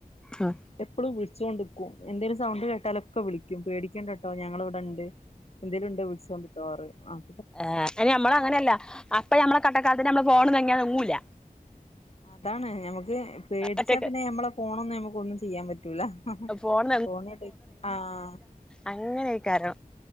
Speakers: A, in the centre; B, on the left.
A: ഉം
B: എപ്പോഴും വിളിച്ചുകോണ്ട് നിക്കും എന്തേലും സൗണ്ട് കേട്ടാലൊക്കെ വിളിക്കും പേടിക്കേണ്ട- കേട്ടോ ഞങ്ങള് ഇവിടെ ഇണ്ട് എന്തേലും ഉണ്ടോ വിളിച്ചോണ്ടിരിക്കുക പറയും ആഹ്
A: ആ നമ്മ അങ്ങനെയല്ല അപ്പ നമ്മള് കഷ്ട്ടക്കാലത്തിന് നമ്മള് ഫോൺ അനങ്ങിയാ ഒങ്ങൂല്ല
B: അതാണ് ഞമക്ക് പേടിച്ചാ
A: ഒറ്റക്ക്
B: പിന്നെ ഞമ്മളെ ഫോണൊന്നും ഞമ്മക്കൊന്നും ചെയ്യാൻ പറ്റൂല
A: ഫോണ്
B: ഫോണട്ക്ക് ആഹ്
A: അങ്ങനെക്കാരം